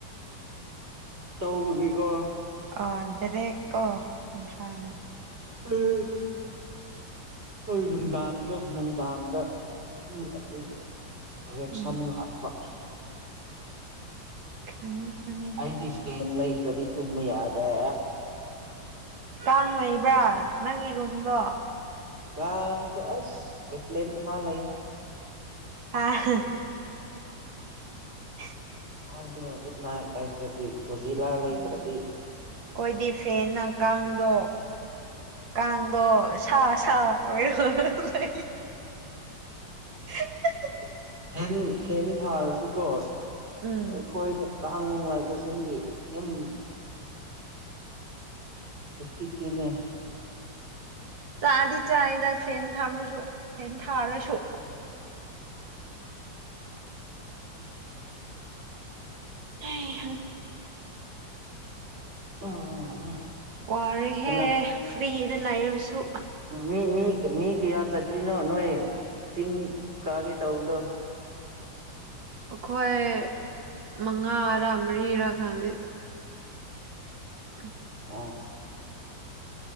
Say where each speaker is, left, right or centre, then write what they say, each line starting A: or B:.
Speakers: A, on the right; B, on the right.
A: ꯇꯧꯕꯒꯤꯀꯣ
B: <unintelligible> ꯌꯥꯗꯔꯦꯒꯣ ꯢꯁꯥꯅ
A: ꯎꯝ ꯍꯣꯏ ꯅꯨꯡꯗꯥꯡꯗꯣ ꯅꯨꯡꯗꯥꯡꯗ ꯎꯝ ꯑꯗꯨ ꯔꯤꯌꯦꯛꯁꯟ
B: ꯎꯝ
A: ꯂꯥꯛꯄ
B: ꯈꯪꯉꯦ ꯈꯪꯉꯦ
A: ꯑꯩꯗꯤ ꯐꯦꯟ ꯂꯩꯇ꯭ꯔꯗꯤ ꯇꯨꯝꯕ ꯌꯥꯗ꯭ꯔꯦ
B: ꯀꯥꯡ ꯂꯩꯕ꯭ꯔꯥ ꯅꯪꯒꯤ ꯔꯨꯝꯗꯣ
A: ꯀꯥꯡꯁꯨ ꯑꯦꯁ <unintelligible> ꯦꯠꯂ ꯑꯃꯥ ꯂꯩꯌꯦ
B: ꯑꯥ <inaudible>
A: ꯃꯣꯏꯗꯣ ꯒꯨꯠ ꯅꯥꯢꯠ ꯂꯩꯇ꯭ꯔꯗꯤ ꯀꯨꯖꯤꯂꯥ ꯂꯩꯇ꯭ꯔꯗꯤ
B: ꯎꯝ ꯑꯩꯈꯣꯏꯗꯤ ꯐꯦꯟꯅ ꯀꯥꯡꯗꯣ ꯀꯥꯡꯗꯣ ꯁꯥ ꯁꯥ ꯍꯣꯏꯔ ꯂꯩ <unintelligible>
A: ꯐꯦꯟ ꯐꯦꯟ ꯊꯥꯔꯁꯨꯀꯣ ꯑꯩꯈꯣꯏꯗ
B: ꯎꯝ
A: ꯀꯥꯡ ꯂꯩꯕꯁꯤꯡꯗꯤ ꯌꯝ ꯎꯁꯤꯠꯇꯦꯅꯦ
B: ꯆꯥꯗꯤ ꯆꯥꯏꯗ ꯐꯦꯟ ꯊꯝꯂꯁꯨ ꯐꯦꯟ ꯊꯥꯔꯁꯨ <unintelligible>
A: <unintelligible>
B: ꯋꯥꯔꯦꯍꯦ
A: ꯅꯪ
B: ꯐ꯭ꯔꯤꯗ ꯂꯩꯔꯁꯨ
A: ꯃꯤ ꯃꯤ ꯃꯤ ꯀꯌꯥ ꯆꯠꯇ꯭ꯔꯤꯅꯣ ꯅꯣꯏ ꯆꯤꯡ ꯀꯥꯒꯦ ꯇꯧꯕꯗꯣ
B: ꯑꯩꯈꯣꯏ ꯃꯉꯥꯔꯥ ꯃꯔꯤꯔꯥ ꯈꯪꯗꯦ <inaudible>
A: ꯑꯥ